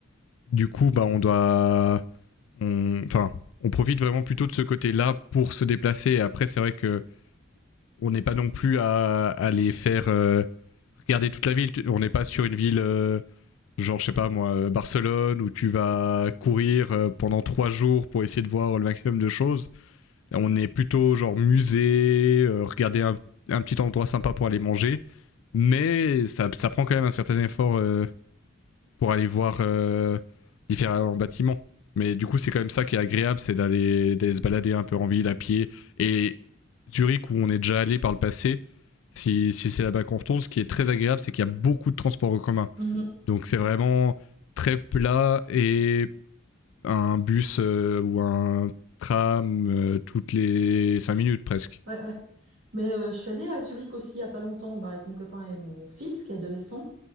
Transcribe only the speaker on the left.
du coup bah on doit on, enfin, on profite vraiment plutôt de ce côté-là pour se déplacer. Et après, c'est vrai que on n'est pas non plus à, à les faire euh, regarder toute la ville. On n'est pas sur une ville, euh, genre, je sais pas moi, euh, Barcelone, où tu vas courir euh, pendant trois jours pour essayer de voir le maximum de choses. On est plutôt genre musée, euh, regarder un, un petit endroit sympa pour aller manger. Mais ça, ça prend quand même un certain effort euh, pour aller voir euh, différents bâtiments. Mais du coup, c'est quand même ça qui est agréable, c'est d'aller d'aller se balader un peu en ville à pied. Et Zurich, où on est déjà allé par le passé, si, si c'est là-bas qu'on retourne, ce qui est très agréable, c'est qu'il y a beaucoup de transports en commun.
Donc c'est vraiment très plat et un bus euh, ou un tram euh, toutes les 5 minutes presque.